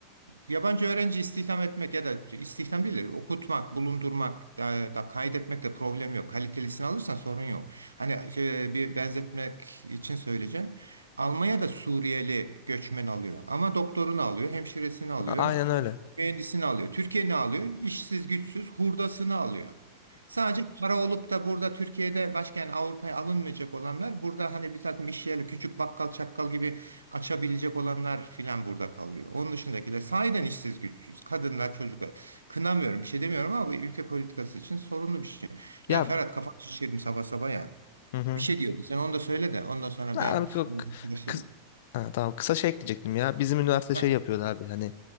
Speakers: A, on the right; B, on the left.
A: yabancı öğrenci istihdam etmek ya da istihdam değil de okutmak, bulundurmak da, da kaydetmekte problem yok. Kalitelisini alırsan sorun yok. Hani e, bir benzetmek için söyleyeceğim. Almanya da Suriyeli göçmen alıyor ama doktorunu alıyor, hemşiresini alıyor.
B: A- Aynen öyle.
A: Mühendisini alıyor. Türkiye ne alıyor? İşsiz, güçsüz, hurdasını alıyor. Sadece para olup da burada Türkiye'de başka yani Avrupa'ya alınmayacak olanlar burada hani bir takım iş yerleri küçük bakkal çakkal gibi açabilecek olanlar filan burada kalıyor. Onun dışındakiler sahiden işsiz güçsüz. Kadınlar, çocuklar. Kınamıyorum bir şey demiyorum ama bu ülke politikası için sorunlu bir şey.
B: Ya
A: Ya Ferhat kafanı şişirdim sabah sabah ya.
B: hı hı.
A: Bir şey diyordun sen onu da söyle de ondan sonra
B: Abi,
A: ben
B: çok
A: arkadaşlarım.
B: kıs- ha, tamam kısa şey ekleyecektim ya. Bizim üniversite şey
A: Heh.
B: yapıyordu abi. Yani